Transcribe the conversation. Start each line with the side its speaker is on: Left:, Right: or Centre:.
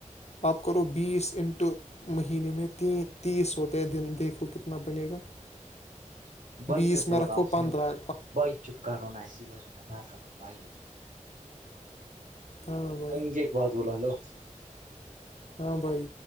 Left: آ پ کرو بیس اننٹو مہینے میں ت تیس ہوتا ہے دن دیکھو کتنا بنے گا
Right: <inaudible> بائی
Left: بیس
Right: میں بول
Left: رکھو
Right: رہا ہوں سنون
Left: پندرہ
Right: بائی چپ کرو نا ای نہ کرو بھائی
Left: ہاں بھائی
Right: بم ج ایک باز بولو نو <unintelligible>
Left: ہاں بھائی